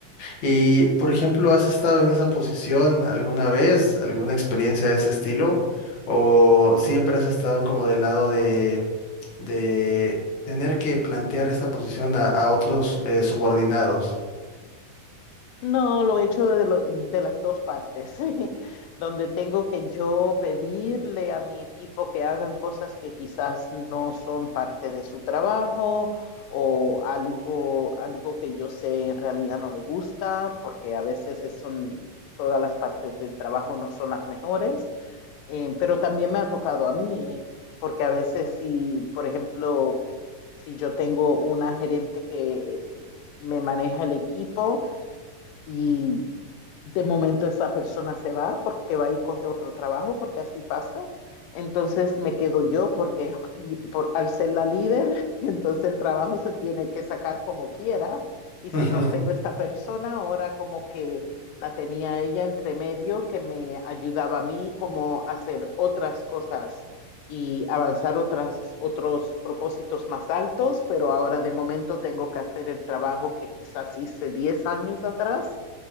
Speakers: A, on the left; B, on the left.
A: Y, por ejemplo, ¿has estado en esa posición alguna vez? ¿Alguna experiencia de ese estilo? ¿O siempre has estado como del lado de, de tener que plantear esta posición a, a otros eh, subordinados?
B: No, lo he hecho de, lo- de las dos partes, <laughs> donde tengo que yo pedirle a mi equipo que hagan cosas que quizás no son parte de su trabajo o algo, algo que yo sé en realidad no le gusta, porque a veces es un- todas las partes del trabajo no son las mejores. Eh, pero también me ha tocado a mí, porque a veces si, por ejemplo, si yo tengo una gerente que eh, me maneja el equipo, y de momento esa persona se va porque va y coge otro trabajo, porque así pasa. Entonces me quedo yo porque <laughs> por, al ser la líder, <laughs> entonces el trabajo se tiene que sacar como quiera. Y si
A: Ujú,
B: no tengo esta persona, ahora como que la tenía ella entre medio que me ayudaba a mí como a hacer otras cosas y avanzar otras, otros propósitos más altos, pero ahora de momento tengo que hacer el trabajo que quizás hice 10 años atrás